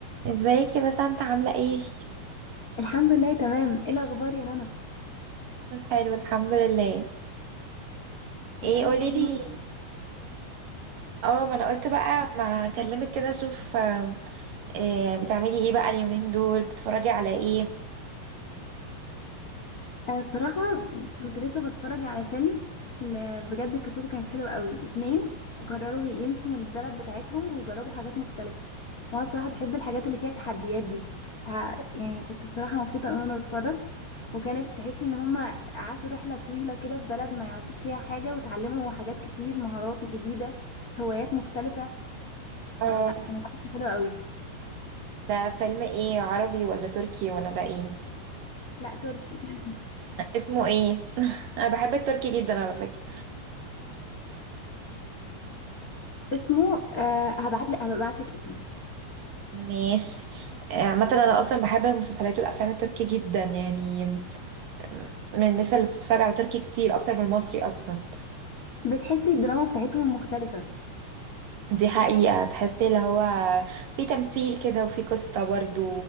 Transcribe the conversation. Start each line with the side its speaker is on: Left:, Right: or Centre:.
Right: ازيك يا بسنت عاملة ايه؟
Left: الحمد لله تمام ايه الاخبار يا رنا
Right: حلو الحمد لله
Left: بقالنا
Right: ايه قوليلي
Left: كتير ما-
Right: اه ما انا قلت بقى ما اكلمك كده اشوف آه، إيه بتعملي ايه بقى اليومين دول بتتفرجي على ايه؟
Left: أنا بصراحه كنت لسه بتفرج على فيلم ل- بجد قصته كانت حلوه قوي اتنين قرروا يمشوا من البلد بتاعتهم ويجربوا حاجات مختلفه وانا بصراحه بحب الحاجات اللي فيها تحديات دي ف يعني كنت بصراحه مبسوطه قوي وانا بتفرج وكانت تحسي ان هما عاشوا رحله طويله كده في بلد ما يعرفوش فيها حاجه وتعلموا حاجات كتير مهارات جديده هوايات مختلفه
Right: اه
Left: فلا كانت قصة حلوه قوي
Right: ده فيلم ايه عربي ولا تركي ولا ده ايه؟
Left: لا تركي <laughs>
Right: اسمه ايه؟ <laughs> انا بحب التركي جدا على فكرة
Left: اسمه آه هبعت لك هبعت لك اسمه
Right: ماشي آه، عامة انا اصلا بحب المسلسلات والافلام التركي جدا يعني آه، من الناس اللي بتتفرج على تركي كتير اكتر من المصري اصلا
Left: بتحسي الدراما بتاعتهم مختلفة
Right: دي حقيقة تحسي اللي هو في تمثيل كده وفي قصة برضو